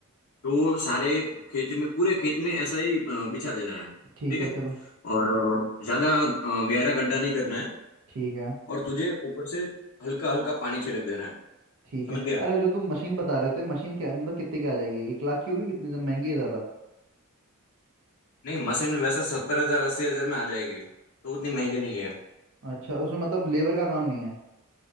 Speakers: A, on the left (about 70°); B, on the right (about 65°).
A: तो सारे खेत में पूरे खेत में ऐसा ही अ, बिछा देना है
B: ठीक
A: ठीक है
B: है चलो
A: और अ, ज्यादा अ, गहरा गड्ढा नहीं करना है
B: ठीक है
A: और तुझे ऊपर से हल्का हल्का पानी छिड़क देना है
B: ठीक
A: समझ
B: है
A: गया
B: अरे जो तुम मशीन बता रहे थे मशीन क्या मतलब कितने की आ जाएगी एक लाख की होगी कितनी महंगी है ज्यादा
A: नहीं मशीन वैसे सत्तर हजार अस्सी हजार में आ जाएगी तो उतनी महंगी नहीं है
B: अच्छा उसमें मतलब लेबर का काम नहीं है